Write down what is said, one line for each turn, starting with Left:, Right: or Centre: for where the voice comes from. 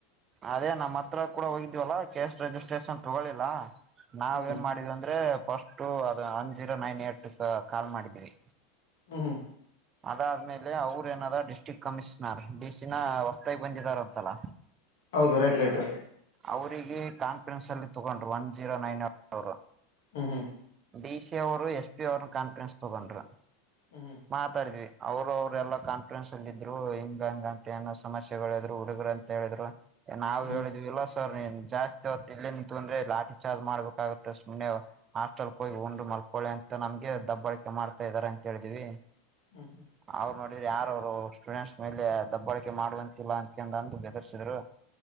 Right: ಅದೇ ನಮ್ಮ ಹತ್ರ ಕೂಡ ಹೋಗಿದ್ವಲ್ಲ ಕೇಸ್ ರಿಜಿಸ್ಟ್ರೇಷನ್ ತಗೊಳಿಲ್ಲ ನಾವ್
Left: ಹ್ಮ್
Right: ಏನ್ ಮಾಡಿದ್ ಅಂದ್ರೆ ಫಸ್ಟು ಅದು one zero nine eight call ಮಾಡಿದೀರಿ
Left: ಹ್ಮ್ ಹ್ಮ
Right: ಅದಾದ್ಮೇಲೆ ಅವ್ರ ಎನಾರ ಡಿಸ್ಟ್ರಿಕ್ ಕಮಿಷ್ನರ್ ಡಿಸಿನ ಹೊಸ್ತಾಗಿ ಬಂದಿದಾರ ಅಂತಲ್ಲ.
Left: ಹೌದು ರೈಟ್ ರೈಟ್
Right: ಅವರಿಗೆ ಕಾನ್ಫರೆನ್ಸ್ ಅಲ್ಲಿ ತಗೊಂಡ್ರು ಒನ್ ಜೀರೋ ನೈನ್ ಏಟ್ ಅವರ್
Left: ಹ್ಮ್ ಹ್ಮ್
Right: ಡಿ ಸಿ ಅವರು ಎಸ್ ಪಿ ಅವರು ಕಾನ್ಫರೆನ್ಸ್ ತಗೊಂಡ್ರು
Left: ಹ್ಮ್
Right: ಮಾತಾಡಿದ್ವಿ ಅವರು ಅವ್ರ ಎಲ್ಲಾ ಕಾನ್ಫಿಡೆನ್ಸ್ ಅಲ್ಲಿ ಇದ್ರು ಹಿಂಗ ಹಂಗ ಅಂತ ಏನೋ ಸಮಸ್ಯೆಗಳಾದ್ರು ಹಡುಗರು ಅಂತ ಹೇಳಿದ್ ನಾವು
Left: ಹ್ಮ್
Right: ಹೇಳಿದಲ್ ಜಾಸ್ತಿ ಎಲ್ಲಿ ನಿಂತು ಅಂದ್ರೆ ಲಾಟಿ ಚಾರ್ಜ್ ಮಾಡ್ಬೇಕಾಗುತ್ತೆ ಸುಮ್ಮನೆೆ ಹಾಸ್ಟೆಲ್ ಹೋಗಿ ಉು ಮಲ್ಕೊಳ್ಳಿ ಅಂತ ನಮ್ಗೆ ದಬ್ಬಾಳಕೆ ಮಾಡ್ತಾ ಇದ್ದಾರೆ ಅಂತ ಹೇಳಿದಿವವಿ
Left: ಹ್ಮ್ ಹ್ಮ್
Right: ಅವ್ರು ನೋಡಿದ್ರೆ ಯಾರವ್ರು ಸ್ಟೂಡೆಂಟ್ಸ್ ಮೇಲೆ ದಬ್ಬಾಳಕೆ ಮಾಡುವಂತಿಲ್ಲಾ ಅಂತಕ ಅಂದು ಬೆದರಿಸಿದ್ರು